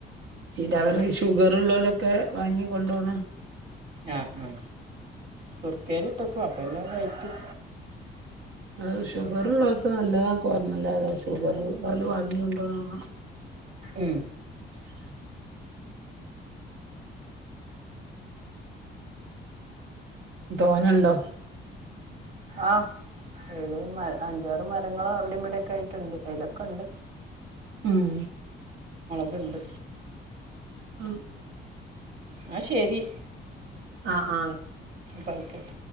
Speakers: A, on the right; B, on the right.
A: ചീര
B: അത്
A: പർങ്കി ഷുഗർള്ളോലൊക്കെ വാങ്ങി കൊണ്ടോണെ
B: ആഹ് ആ സുർക്കേൽ ഇട്ടക്കും അപ്പ ന്നെ കഴിക്കും
A: അത്
B: കുട്ടികൾക്കൊക്കെ
A: ഷുഗർള്ളോൽക്ക് നല്ലതാക്കെ പർഞ്ഞല്ലോ ഷുഗർ അല് വാങ്ങി കൊണ്ടോന്ന
B: ഉം
A: <inaudible> തോന്നുണ്ടോ
B: ആഹ് ഏത് മ അഞ്ചാറ് മരങ്ങളോ അവിടെ ഇവിടെൊക്കെ ആയിട്ടുണ്ട് അതിലൊക്കെ ഉണ്ട്
A: ഉം
B: പിണ്ട്
A: ആഹ <unintelligible>
B: ആ ശരി
A: ആഹ് ആഹ ആയിക്ക
B: ബർക്കട്ട